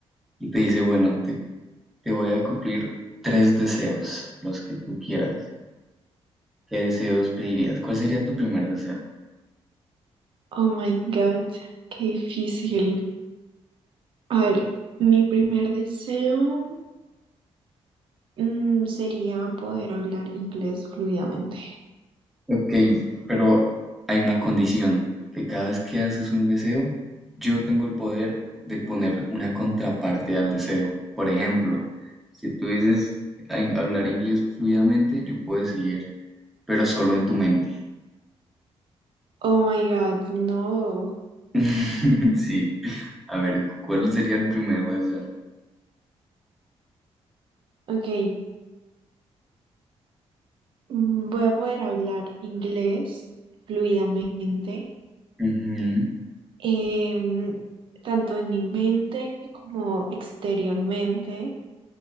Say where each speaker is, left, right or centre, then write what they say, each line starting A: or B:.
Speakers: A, in the centre; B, on the right (about 50°).
A: y te dice, bueno, te, te voy a cumplir tres deseos, los que tú quieras. ¿Qué deseos pedirías? ¿Cuál sería tu primer deseo?
B: Oh my God, qué difícil. A ver, mi primer deseo mm, sería poder hablar inglés fluidamente.
A: Ok, pero hay una condición, que cada vez que haces un deseo, yo tengo el poder de poner una contraparte al deseo. Por ejemplo, si tú dices a in- hablar inglés fluidamente, yo puedo decir, pero solo en tu mente.
B: Oh my God, no.
A: <laughs> Sí, a ver, cu- ¿cuál sería el primer deseo?
B: Ok, Mm, Voy a poder hablar inglés fluidamente,
A: Ujú,
B: em, tanto en mi mente como exteriormente,